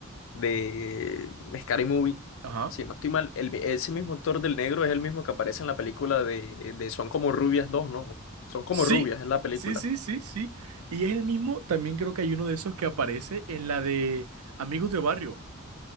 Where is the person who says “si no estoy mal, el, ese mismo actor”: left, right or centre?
Left